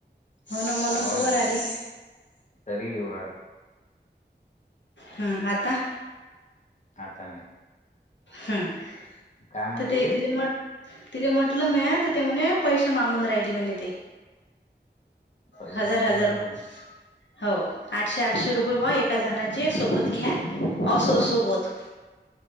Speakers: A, on the left (about 85°); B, on the left (about 40°).
A: हो ना म्हणून
B: आवाज
A: तर वर
B: येऊ
A: आली.
B: राहिला तरी येवराळ
A: हम्म आता
B: आता नाही.
A: हम्
B: काय म्हणले
A: तर ते ति म तिला म्हटलं मँ तर ते म्हणे पैसे मागून राहिली म्हणे ते.
B: पैसे
A: हजार
B: मागू
A: हजार
B: राहिले म्हणे.
A: हो आठशे आठशे रुपये म ए जणाचे सोबत घ्या असो सोबत